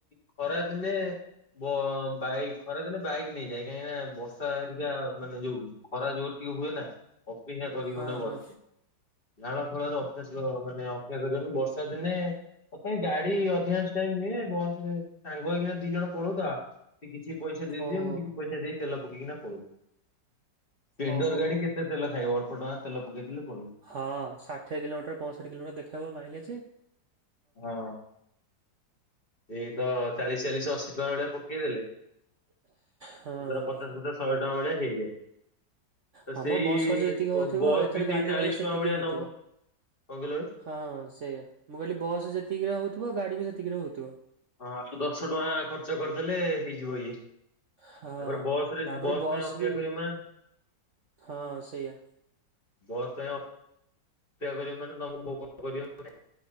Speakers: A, on the left; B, on the right.
A: ଖରା ଦିନେ ବ ବାଇକ୍ ଖରାଦିନେ ବାଇକ୍ ନେଇଯାଏ। କାହିଁକି ନା ବର୍ଷା ହେରିକା ମାନେ ଯୋଉ ଖରା ଜୋର ଟିକେ ହୁଏ ନା ଅପେକ୍ଷା କରିବୁନ
B: ହଁ
A: ବସ୍
B: ହଁ
A: ନାଳ ଫାଳରେ <unintelligible> ମାନେ ଅପେକ୍ଷା କରିବାକୁ ବର୍ଷାଦିନେ <unintelligible> ଗାଡି ଅଧିକାଂଶ ଟାଇମ୍ ନୁହଁ ବସ ରେ ସାଙ୍ଗ ହେଇକିନା ଦି ଜଣ ପଳଉ ତ ଆଉ ସେ କିଛି ପଇସା ଦେଇଦିଏ
B: ଓ ଓହୋ।
A: ମୁଁ କିଛି ପଇସା ଦେଇ ତେଲ ପକେଇକିନା ପଳଉ। ପେଣ୍ଡର
B: ଓହୋ
A: ଗାଡ଼ି କେତେ ତେଲ ଖାଇବ? ଅଳ୍ପ ଟଙ୍କା ତେଲ ପକେଇଥିନେ ପଳଉ।
B: ହଁ ଷାଠିଏ କିଲୋମିଟର ପଞ୍ଚଷଠି କିଲୋମିଟର ଦେଖାହେବ ମାଇଲେଜ୍
A: ହଁ ଏଇ ତ ଚାଳିଶ ଚାଳିଶ ଅ ଅଶୀ ଟଙ୍କା ଭଳିଆ ପକେଇଦେଲେ
B: ହଁ
A: ସେ ତାର ପଚାଶ ପଚାଶ ଶହେ ଟଙ୍କା ଭଳିଆ ହେଇଯାଏ। ତ
B: ହଁ
A: ସେଇ
B: ମ ବସ୍ ଖର୍ଚ୍ଚ ଯେତିକି ହଉଥିବ
A: ବ ବସ୍
B: ଏଥିରେ
A: ବି ସେଇ
B: ଗାଡିରେ
A: ଚାଳିଶ
B: ଗଲେ ସେତିକି
A: ଟଙ୍କା ଭଳିଆ
B: ହଉଥିବ।
A: ନବ। କଣ କହିଲ ଭାଇ?
B: ହଁ ସେଇଆ ମୁଁ କହିଲି ବସ୍ ଯେତିକିରେ ହଉଥିବ ଗାଡି ବି ସେତିକିରେ ହଉଥିବ।
A: ହଁ କିନ୍ତୁ ଆଉ ଦଶ ଟଙ୍କା ଖର୍ଚ୍ଚ କରିଦେଲେ ହେଇଯିବ ଇଏ। ତାପରେ
B: ହଁ
A: ବସ ରେ
B: ତାପରେ
A: ବସ୍ ପାଇଁ ଅପେକ୍ଷା
B: ବି
A: କରିବ ମା
B: ହଁ ସେଇଆ।
A: ବସ ପାଇଁ ଅ ସେଆ କରିବ ମାନେ ତମକୁ ଭୋକ କରିବ